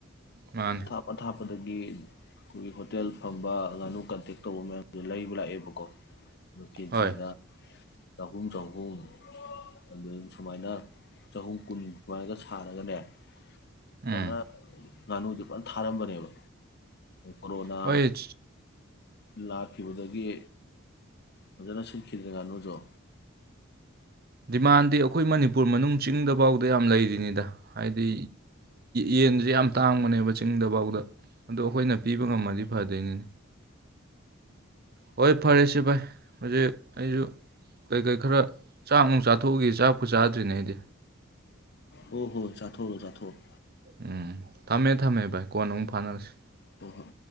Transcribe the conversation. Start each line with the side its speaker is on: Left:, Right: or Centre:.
Right: ꯃꯥꯅꯤ
Left: ꯊꯥꯄ ꯊꯥꯄꯕ ꯑꯗꯒꯤ ꯑꯩꯈꯣꯏꯒꯤ ꯍꯣꯇꯦꯜ ꯐꯝꯕ ꯉꯥꯅꯨ ꯀꯟꯇꯦꯛ ꯇꯧꯕ ꯃꯌꯥꯝꯗꯨ ꯂꯩ ꯂꯩꯕ ꯂꯥꯛꯑꯦꯕꯀꯣ ꯀꯦꯖꯤꯗ
Right: ꯍꯣꯏ
Left: ꯆꯍꯨꯝ ꯆꯍꯨꯝ ꯑꯗꯨ ꯁꯨꯃꯥꯏꯅ ꯆꯍꯨꯝ ꯀꯨꯟ ꯁꯨꯃꯥꯏꯅꯒ ꯁꯥꯔꯒꯅꯦ ꯑꯗꯥꯅ
Right: ꯎꯝ
Left: ꯉꯥꯅꯨꯗꯤ ꯐꯥꯖꯅ ꯊꯥꯔꯝꯕꯅꯦꯕ ꯀꯣꯔꯣꯅꯥ
Right: ꯍꯣꯏ
Left: ꯂꯥꯛꯈꯤꯕꯗꯒꯤ ꯐꯖꯅ ꯁꯤꯠꯈꯤꯗ꯭ꯔꯦ ꯉꯥꯅꯨꯖꯨ
Right: ꯗꯤꯃꯥꯟꯗꯤ ꯑꯩꯈꯣꯏ ꯃꯅꯤꯄꯨꯔ ꯃꯅꯨꯡ ꯆꯤꯡꯗꯐꯥꯎꯗ ꯌꯥꯝ ꯂꯩꯔꯤꯅꯤꯗ ꯍꯥꯏꯗꯤ ꯌꯦꯟꯁꯦ ꯌꯥꯝ ꯇꯥꯡꯕꯅꯦꯕ ꯆꯤꯡꯗꯐꯥꯎꯗ ꯑꯗꯣ ꯑꯩꯈꯣꯏꯅ ꯄꯤꯕ ꯉꯝꯃꯗꯤ ꯐꯗꯣꯏꯅꯤꯅꯦ ꯍꯣꯏ ꯐꯔꯦꯁꯦ ꯚꯥꯏ ꯍꯧꯖꯤꯛ ꯑꯩꯁꯨ ꯀꯩꯀꯩ ꯈꯔ ꯆꯥꯛ ꯅꯨꯡ ꯆꯥꯊꯣꯛꯎꯒꯦ ꯆꯥꯛꯄꯨ ꯆꯥꯗ꯭ꯔꯤꯅꯦ ꯑꯩꯗꯤ
Left: ꯑꯣ ꯍꯣ ꯆꯥꯊꯣꯛꯎꯔꯣ ꯆꯥꯊꯣꯛꯎꯔꯣ
Right: ꯎꯝ ꯊꯝꯃꯦ ꯊꯝꯃꯦ ꯚꯥꯏ ꯀꯣꯟꯅ ꯑꯃꯨꯛ ꯐꯥꯅꯔꯁꯤ
Left: ꯍꯣ ꯍꯣꯏ